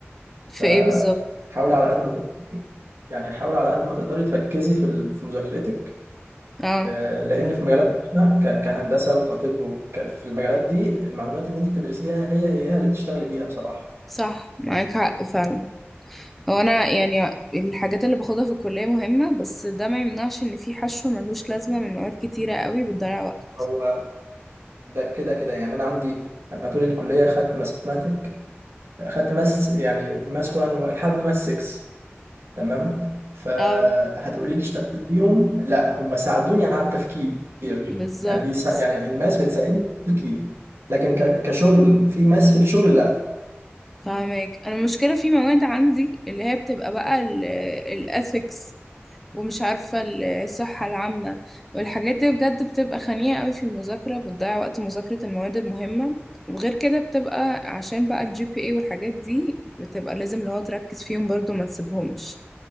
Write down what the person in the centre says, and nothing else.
في
ايه بالظبط
اه
صح معاك حق فعلا هو انا يعني الحاجات اللي باخدها في الكلية مهمة بس ده ما يمنعش ان في حشو ملهوش لازمة من مواد كتيرة قوي بتضيع وقت
اه
بالظبط
فاهمك انا المشكلة في مواد عندي اللي هي بتبقى بقى الاثكس ومش عارفة ال- الصحة العامة والحاجات دي بجد بتبقى خنيقة قوي في المذاكرة بتضيع وقت مذاكرة المواد المهمة وغير كده بتبقى عشان بقى الجي بي اي والحاجات دي بتبقى لازم اللي هو تركز فيهم برضو ما تسيبهمش